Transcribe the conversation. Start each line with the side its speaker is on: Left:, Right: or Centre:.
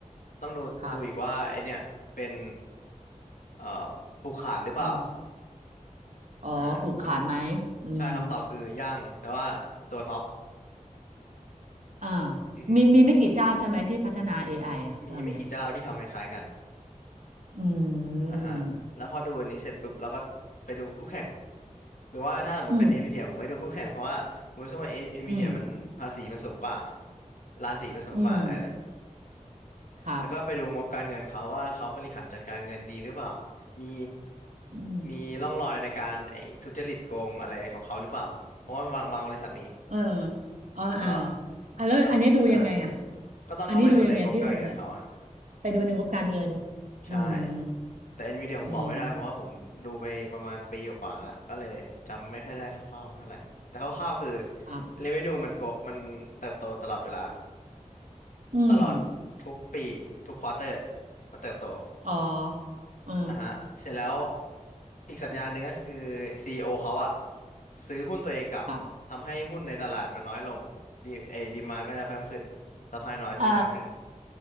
Left: ต้องดูดูอีกว่าไอเนี่ยเป็น
Right: ครับ
Left: เอ่อผูกขาดหรือเปล่า
Right: อืมอ๋อผูกขาดไหมอืม
Left: เออคำใช่คำตอบคือยังแต่ว่าตัวท็อป
Right: อ่า
Left: อือฮึ
Right: มีมีไม่กี่เจ้าใช่ไหมที่พัฒนา AI อไออ่ะตอนเนี้ย
Left: มีไม่กี่เจ้าที่ทำคล้ายๆกัน
Right: อืม
Left: อ่ะฮะแล้วพอดูอันนี้เสร็จปุ๊บเราก็ไปดูคู่แข่งหรือว่าถ้าสมมติเป็นเอ็นวีเดียผมไม่ดูคู่แข่งเพราะว่าผมรู้สึกว่าเอ็นวีเดียมันภาษีมันสูงกว่า
Right: อืมอืม
Left: ราษีมันสูงกว่าเออ
Right: อืมครับ
Left: แล้วก็ไปดูงบการเงินเขาว่าเขาบริหารจัดการเงินดีหรือเปล่ามี
Right: อืม
Left: มีร่องรอยในการไอ้ทุจริตโกงอะไรของเขาหรือเปล่าเพราะว่าบางบางบริษัทมี
Right: เอออ๋ออ่า
Left: แล้วก็
Right: อ่ะแล้วอันเนี้ยดูยังไงอ่ะ
Left: แล้วฮะก็ต้องเข้าไปดูในงบการเงินเขาอ่ะ
Right: อันนี้ดูยังไงพี่ลงเลยไปดูในงบการเงิน
Left: ใช่
Right: อืม
Left: แต่ Nvidia ผมมองไม่ได้เพราะว่าผมดูไปประมาณปีกว่าๆแล้วก็เลยจำไม่ค่อยได้คร่าวๆเท่าไหร่แต่คร่าวๆคือ
Right: อืมครับ
Left: revenue มันโกมันเติบโตตลอดเวลา
Right: อืม
Left: ตลอดทุกปีทุกควอเตอร์มันเติบโต
Right: อ๋อเออ
Left: อ่ะฮะเสร็จแล้วอีกสัญญาณหนึ่งก็คือ CEO เขาอะซื้อหุ้นตัวเองกลับทำให้หุ้นในตลาดมันน้อยลงดีไอ้ดีมานก็จะเพิ่มขึ้น
Right: ครับ
Left: สปายน้อยดีมานขึ้น
Right: เออ